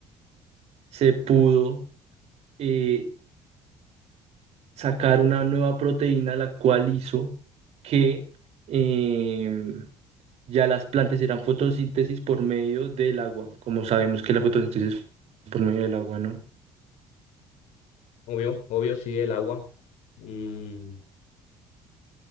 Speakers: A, on the right; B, on the left.
A: se pudo eh, sacar una nueva proteína, la cual hizo que eh, ya las plantas eran fotosíntesis por medio del agua, como sabemos que la fotosíntesis es por medio del agua, ¿no?
B: Obvio, obvio, sí, el agua. Mm,